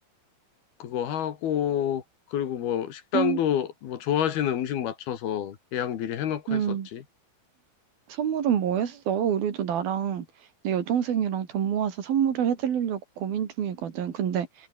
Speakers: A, on the left; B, on the right.
A: 그거 하고 그리고 뭐 식당도
B: 어,
A: 뭐 좋아하시는 음식 맞춰서 예약 미리 해놓고
B: 음.
A: 했었지.
B: 선물은 뭐였어? 우리도 나랑 내 여동생이랑 돈 모아서 선물을 해드리려고 고민 중이거든. 근데